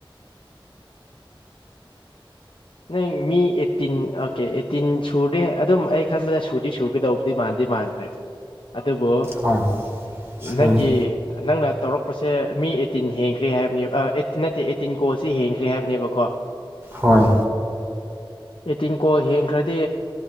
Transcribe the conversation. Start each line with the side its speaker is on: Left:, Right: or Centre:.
Left: ꯅꯪ ꯃꯤ ꯑꯦꯠꯇꯤꯟ ꯑꯣꯀꯦ ꯑꯦꯠꯇꯤꯟ ꯁꯨꯔꯗꯤ ꯑꯗꯨꯝ ꯑꯩ ꯈꯟꯕꯗ ꯁꯨꯗꯤ ꯁꯨꯒꯗꯧꯕꯗꯤ ꯃꯥꯟꯗꯤ ꯃꯥꯟꯈ꯭ꯔꯦ ꯑꯗꯨꯕꯨ
Right: ꯍꯣꯏ ꯁꯨꯔꯅꯤ
Left: ꯅꯪꯒꯤ ꯅꯪꯅ ꯇꯧꯔꯛꯄꯁꯦ ꯃꯤ ꯑꯩꯠꯇꯤꯟ ꯍꯦꯟꯈ꯭ꯔꯦ ꯍꯥꯏꯕꯅꯦꯕ ꯑꯩꯠꯇ ꯅꯠꯇꯦ ꯑꯩꯠꯇꯤꯟ ꯀꯣꯜꯁꯦ ꯍꯦꯡꯈ꯭ꯔꯦ ꯍꯥꯏꯕꯅꯦꯕꯀꯣ
Right: ꯍꯣꯏ
Left: ꯑꯦꯠꯇꯤꯟ ꯀꯣꯜ ꯍꯦꯡꯈ꯭ꯔꯗꯤ